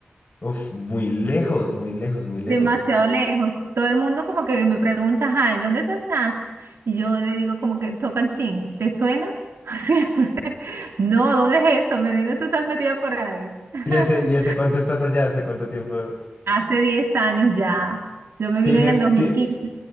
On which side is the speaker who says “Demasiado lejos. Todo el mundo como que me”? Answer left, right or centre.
Right